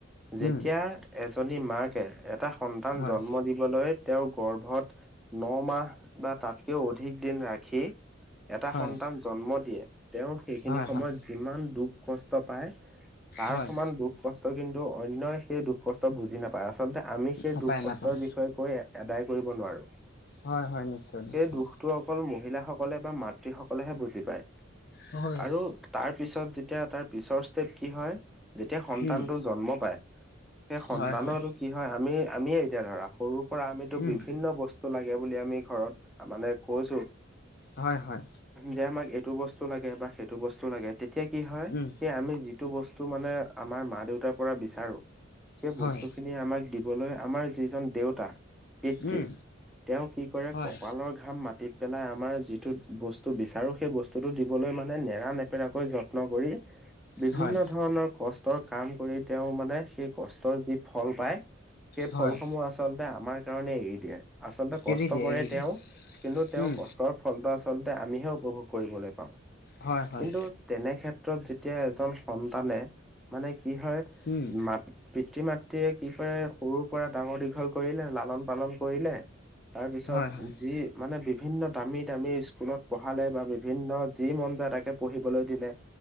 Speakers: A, in the centre; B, on the left.
A: যেতিয়া
B: উম
A: এজনী মাকে এটা সন্তান
B: হয়
A: জন্ম দিবলৈ তেওঁৰ গৰ্ভত ন মাহ বা তাতকেও অধিক দিন ৰাখি এটা
B: হয়
A: সন্তান জন্ম দিয়ে তেওঁ সেইখিনি
B: হয়
A: সময়ত
B: হয়
A: যিমান দুখ কষ্ট পায় তাৰ
B: হয়
A: সমান দুখ কষ্ট কিন্তু অন্যই সেই দুখ কষ্ট বুজি নাপাই আচ আচলতে আমি সেই
B: নাপায়
A: দুখ কষ্টৰ
B: নাপায়
A: বিষয়ে কৈ আদায় কৰিব নোৱাৰো
B: হয় হয় নিশ্চয় নিশ্চয়
A: সেই দুখটো অকল মহিলাসকলে বা মাতৃ সকলেহে বুজি পায়
B: হয়।
A: আৰু তাৰ পিছত যেতিয়া তাৰ পিছৰ ষ্টেপ কি হয় যেতিয়া সন্তানটো
B: উম
A: জন্ম পায় সেই সন্তানৰো
B: হয় হয়
A: কি হয় আমি আমিয়ে এতিয়া ধৰা সৰুৰ পৰা আমিতো
B: উম
A: বিভিন্ন বস্তু লাগে আমি ঘৰত মানে কৈছো
B: হয় হয়
A: যে আমাক সেইটো বস্তু লাগে বা সেইটো বস্তু লাগে তেতিয়া কি হয়
B: উম
A: আমি যিটো বস্তু মানে আমাৰ মা দেউতাৰ পৰা বিচাৰো স
B: হয়
A: বস্তু খিনি আমাক দিবলৈ আমাৰ যিজন দেউতা। পিতৃ
B: উম
A: তেওঁ কি কৰে
B: হয়
A: কপালৰ ঘাম মাটিত। পেলাই আমাৰ যিটো বস্তু বিচাৰো সেই বস্তুটো দিবলৈ মানে নেৰা নেপেৰাকৈ যত্ন কৰি। বিভিন্ন
B: হয়
A: ধৰণৰ কষ্টৰ কাম কৰি তেওঁ মানে সেই কষ্টৰ যি ফল পায়। সেই
B: হয়
A: ফলসমূহ আচলতে আমাৰ কাৰণে এৰি দিয়ে। আচলতে কষ্ট
B: এৰি দিয়ে
A: কৰে
B: এৰি দিয়ে
A: তেওঁ কিন্তু তেওঁৰ
B: উম
A: কষ্টৰ ফলটো আল। আচলতে আমিহে উপভোগ কৰিবলৈ পাওঁ
B: হয় হয়
A: কিন্তু তেনে ক্ষেত্ৰত যেতিয়া এজন। সন্তানে মানে কি হয়
B: উম
A: ম। পিতৃ মাতৃয়ে কি কৰে সৰুৰ পৰা ডাঙৰ দীঘল কৰিলে লালন পালন কৰিলে। তাৰ পিছত
B: হয় হয়
A: যি মানে। বিভিন্ন দামী দামী স্কুলত পঢ়ালে বা বিভিন্ন যি মন যায় তাকে পঢ়িবলৈ দিলে।